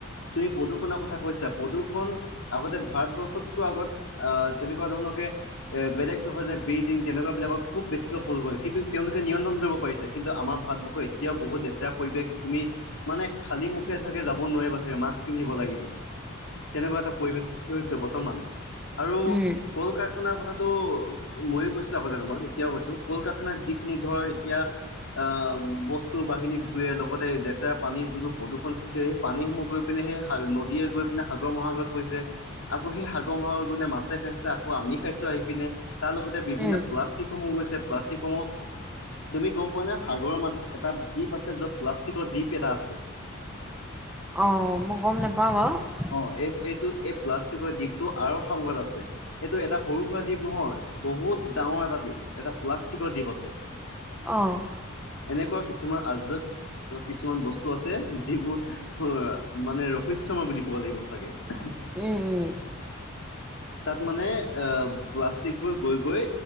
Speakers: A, on the left (about 80°); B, in the centre.
A: তুমি প্ৰদূৰষণৰ কথা কৈছা, প্ৰদূষণ আগতে ভাৰতবৰ্ষতকৈ আগত আহ তেনেকুৱা ধৰণকে এ বেলেগ চহৰে বেইজিং তেনেকুৱাবিলাকত খুব বেছিকৈ পৰিবৰ্তন হ'ল, কিন্তু তেওঁলোকে নিয়ন্তণ কৰিব পাৰিছে কিন্তু আমাৰ ভাৰবৰ্ষই এ- তিয়াও বহুত লেতেৰা পৰিৱেশ, তুমি মানে খালী মুখে চাগে যাব নোৱাৰিবা চাগে মাস্ক পিন্ধিব লাগিব। তেনেকুৱা এটা পৰিৱেশ সৃষ্টি হৈছে বৰ্তমান, আৰু
B: উম উম
A: কল কাৰখানাৰ কথাটো মইয়ো কৈছো আগতে তোমাক এতিয়াও কৈছো কলকাৰখানাত যিখিনি ধৰ এতিয়া অ বস্তু বাহিনী ধুৱে লগতে লেতেৰা পানী যিবোৰ প্ৰদূষণ সৃষ্টি কৰে পানীসমূহ গৈ পিনে সেই সা নদীয়ে গৈ পিনে সাগৰ মহাসাগৰত পৰিছে আকৌ সেই সাগৰ মহাসাগৰ গৈ পিনে মাছে খাইছে আকৌ আমি খাইছো আহি পিনে তাৰ লগতে বিভিন্ন
B: উম
A: প্লা- ষ্টিকসমূহ গৈছে প্লাষ্টিকসমূহ তুমি গম পোৱা নে সাগৰৰ মাজত এটা দ্বীপ আছে যত প্লাষ্টিকৰ দ্বীপ এটা আছে।
B: অ মই গম নাপাও বাৰু!
A: অ এই এইটো এই প্লাষ্টিকৰ দ্বীপটো আৰৱসাগৰত আছে এইটো এটা সৰু সুৰা দ্বীপ নহয়। বহুত ডাঙৰ এটা দ্বীপ এটা প্লাষ্টিকৰ দ্বীপ আছে।
B: অঁ।
A: এনেকুৱা কিছুমান আজব কিছুমান বস্তু আছে যিবোৰ হৌৰা মানে ৰহস্যময় বুলি ক'ব লাগিব সঁচাকে
B: উম উম।
A: তাত মানে অ প্লা- ষ্টিক বোৰ গৈ গৈ